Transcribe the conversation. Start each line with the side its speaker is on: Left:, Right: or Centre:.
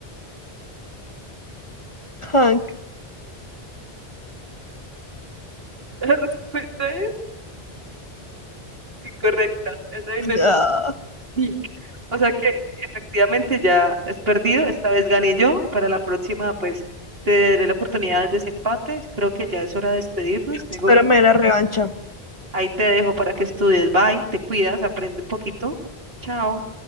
Left: Hank.
Right: La respuesta es incorrecta. Es la dinastía
Left: Ah,
Right: Ming. O sea que efectivamente ya es perdido. Esta vez gané yo. Para la próxima, pues te daré la oportunidad del desempate. Creo que ya es hora de despedirnos. Tengo
Left: espérame la revancha.
Right: Ahí te dejo para que estudies. Bye, te cuidas, aprende un poquito. Chao.